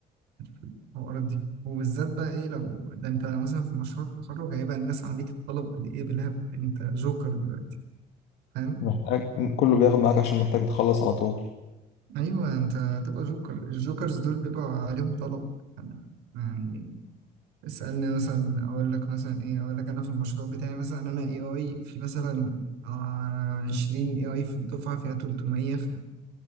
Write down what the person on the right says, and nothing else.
في الحوارات دي وبالذات بقى إيه لو ده أنت مثلا في مشروع التخرج هيبقى الناس عليك الطلب بالإيه بالهبل أنت جوكر دلوقتي فاهم
أيوه أنت هتبقى جوكر الجوكرز دول بيبقى عليهم طلب يعني اسألني مثلا أقول لك مثلا إيه أقول لك أنا في المشروع بتاعي مثلا أنا AI في مثلا آه، عشرين AI في الدفعة فيها تلتمية ف-